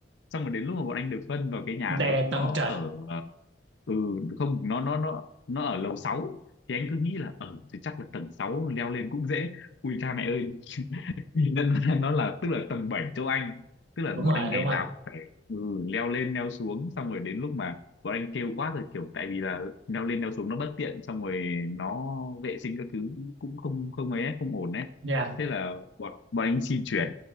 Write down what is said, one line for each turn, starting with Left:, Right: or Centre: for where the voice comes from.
Left: xong rồi đến lúc mà bọn anh được phân vào cái nhà
Right: đè
Left: đấy nó
Right: tầng trệt
Left: ở ờ, ừ không nó nó nó nó ở lầu sáu thì anh cứ nghĩ là ở thì chắc là tầng 6 leo lên cũng dễ ui cha mẹ ơi thì nên <laughs> là nó là tức là tầng 7 châu Anh tức là
Right: đúng
Left: bọn
Right: rồi
Left: anh ngày
Right: đúng
Left: nào
Right: rồi
Left: cũng phải ừ, leo lên leo xuống xong rồi đến lúc mà bọn anh kêu quá rồi kiểu tại vì là leo lên leo xuống nó bất tiện xong rồi nó vệ sinh các thứ cũng không không ấy ấy, không ổn đấy
Right: dạ
Left: thế là bọn bọn anh xin chuyển